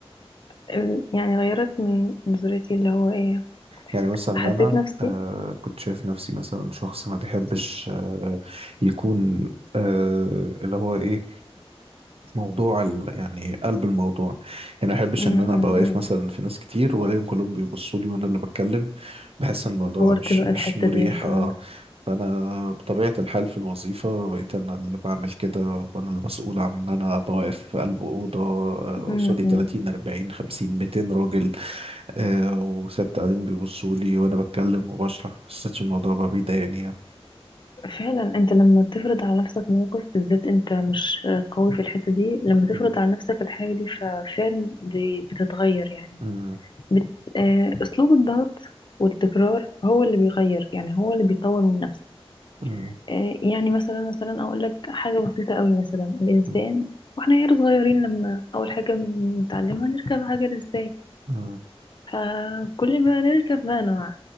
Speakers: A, on the left; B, on the right.
A: ال- يعني غيرت من نظرتي اللي هو ايه
B: يعني مثلا
A: حسيت
B: انا
A: نفسي
B: آه كنت شايف نفسي مثلا شخص ما بيحبش آه يكون آه اللي هو ايه موضوع ال- يعني قلب الموضوع يعني ما بحبش
A: امم
B: ان انا ابقى واقف مثلا في ناس كتير والاقيهم كلهم بيبصوا لي وانا اللي بتكلم بحس ان الموضوع
A: طورت
B: مش
A: بقى
B: مش
A: الحتة
B: مريح
A: دي انت
B: اه
A: عندك
B: فانا بطبيعه الحال في الوظيفه بقيت انا اللي بعمل كده وانا المسؤول عن ان انا بوقف في قلب اوضه آه،
A: امم
B: قصادي 30 40 50 200 راجل آه وست قاعدين بيبصوا لي وانا بتكلم وبشرح ما حسيتش الموضوع بقى بيضايقني يعني
A: فعلا انت لما تفرض على نفسك موقف بالذات انت مش قوي في الحتة دي لما تفرض
B: مم،
A: على نفسك الحاجة دي ففعلا ب- بتتغير يعني
B: مم،
A: بت... آه، أسلوب الضغط والتكرار هو اللي بيغير يعني هو اللي بيطور من نفسه
B: مم،
A: آه، يعني مثلا مثلا أقول لك حاجة بسيطة قوي مثلا الإنسان
B: مم،
A: وإحنا عيال صغيرين لما أول حاجة بنتعلمها نركب عجل إزاي
B: مم،
A: فكل ما نركب بقى نوع